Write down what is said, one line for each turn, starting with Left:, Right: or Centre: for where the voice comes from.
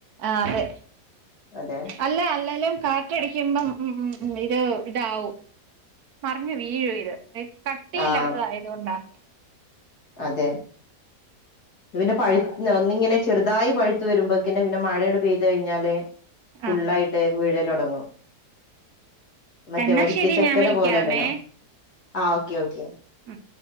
Right: ആഹ് അതെ
Left: അതെ
Right: അല്ല അല്ലേലും കാ റ്റടിക്കുമ്പം ഉം ഉം ഉം ഇത് ഇതാവും മറിഞ്ഞു വീഴും ഇത് കട്ടിയില്ലാത്തതായതുകൊണ്ടാ.
Left: ആഹ് അതെ, ത് പിന്നെ പഴുത് നൊ ഒന്നിങ്ങനെ ചെറുതായി പഴുത്ത് വരുമ്പോക്കിന് പിന്നെ മഴങ്ങട് പെയ്ത് കഴിഞ്ഞാലേയ് ഫുള്ളായിട്ട്
Right: ആഹ്
Left: വീഴലൊടങ്ങും. മറ്റേ
Right: എന്നാ
Left: വരിക്കച്ചക്കടേ
Right: ശരി ഞാൻ വിളിക്കാമേ
Left: പോലല്ലല്ലോ ആഹ് ഓക്കെ ഓക്കെ.
Right: ഉം